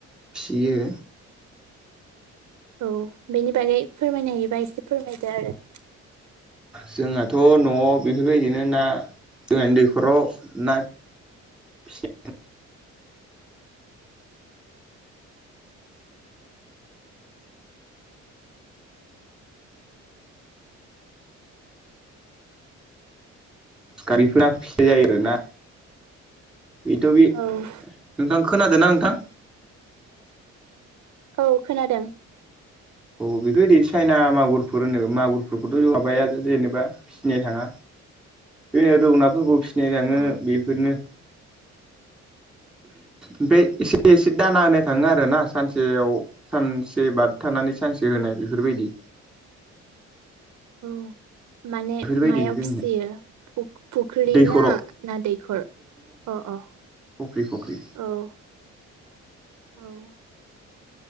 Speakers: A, in the centre; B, on the right.
A: बियो
B: औ बेनि बागै फोरमायनो हायोबा एसे फोरमायदो आरो
A: जोंहथ' न'आव बेफोरबायदिनो ना जोंहानि दैखराव ना बेफोर गारिफोरा फिसा जायो आरोना बेथ' बे नोंथां
B: औ
A: खोनादों ना नोंथां
B: औ खोनादों
A: औ बेथ दि साइना मागुरफोर होनो मागुरफोरखौथ' माबाया जेनेबा फिनाय थाङा बेनो रौनाफोरखौ फि <unintelligible>
B: औ
A: बेफोरनो ओमफ्राय एसे एसे दाना होनो थाङो आरोना सानसेयाव सानसे बारथारनानै सानसे होनाय बेफोरबायदि
B: औ माने
A: बेफोरबायदिनो
B: मायाव
A: जोंनो
B: फिसियो फुख्रि
A: दैखराव
B: ना ना दैखर अ अ
A: फख्रि फख्रि
B: औ औ